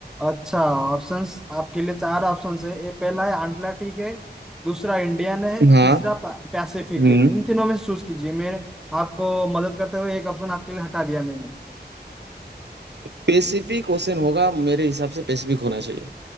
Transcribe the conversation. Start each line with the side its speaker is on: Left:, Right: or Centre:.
Centre: अच्छा ऑप्शंस आपके लिए चार ऑप्शंस है ये पहला है अटलांटिक है दूसरा इंडियन है
Right: हाँ
Centre: तीसरा पै- पैसिफिक
Right: हम्म
Centre: है इन तीनों में से चूज कीजिए मैं आपको मदद करते हुए एक ऑप्शन आपके लिए हटा दिया मैंने
Right: पेसिफिक ओशन होगा मेरे हिसाब से पेसिफिक होना चाहिए